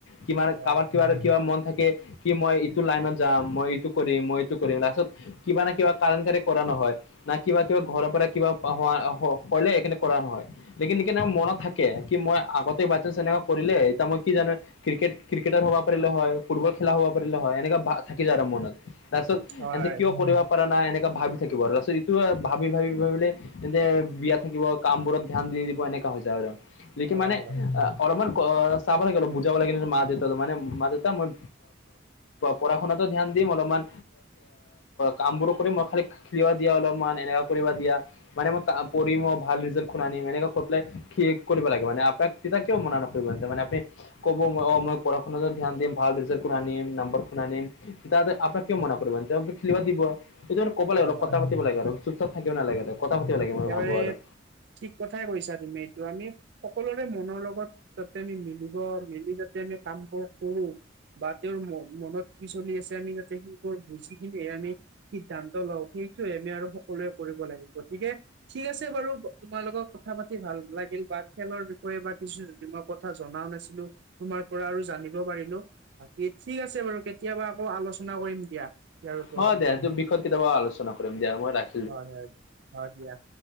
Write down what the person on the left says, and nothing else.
কিমান
কাৰবাৰ কিব কিবা মন থাকে কি, 'মই এইটো লাইনত যাম, 'মই এইটো কৰিম', 'মই এইটো কৰিম'। লাষ্ট ত কিবা নে কিবা কাৰণকাৰী কৰা নহয়। না কিবা কিবা, ঘৰৰ পৰা কিবা পাহোৱা হ' হ'লে সেইকাৰণে কৰা নহয়। লেকিন নিকিনা মনত থাকে। কি মই আগতে বাইচাঞ্চ এণেকা কৰিলে, এতিয়া মই কি জানে ক্ৰিকেট ক্ৰিকেটাৰ হ'বা পাৰিলোঁ হয়, ফুটবল খেলা হ'বা পাৰিলোঁ হয়, এনেকা বা থাকিলে আৰু মনত। তাৰপিছত
এন্তে কিয় কৰিব পৰা নাই এনেক ভাবি থাকিব আৰু তাৰপিছত ইটো ভাবি ভাবি ভাবিলে। জোনে বিয়া থাকিব কাম বোৰত ধ্যান দি দিব এনেকুৱা হৈ যায় আৰু লেকিন
মানে
অলপমান অ চাব লাগে অলপ, বুজাব লাগে মা-দেউতাকো মা-দেউতা মই পঢ়া-শুনাটো ধ্যান দিম অলপমান কাম বোৰ কৰিম মই খালি খেলিবা দিয়া অলপমান এনেকুৱা কৰিব দিয়া মানে মই তা পৰিম অ মই ভাল ৰিজাল্ট খন আনিম, এনেকা কৈ পেলাই শেষ কৰিব লাগে মানে আটাইত তেতিয়া কিয়ো মানা নকৰিব ইহঁতে আপুনি ক'ব, মই অ' মই পঢ়া-শুনাটো ধ্যান দিম, ভাল ৰিজাল্ট কৰি আনিম নাম্বৰখন আনিম। তেতিয়া যে আপেককে মানা কৰিব নোৱাৰে খেলিব দিব। সেইটো মানে ক'ব
লাগে অলপ,
কথা পাতিব লাগে আৰু চুপ-চাপ থাকিব নালাগে
আৰু কথা পাতিব লাগে
মই ভাবোঁ আৰু।
হয় দিয়া, এইটো বিষয়ত কেতিয়াবা আলোচনা কৰিম দিয়া মই ৰাখি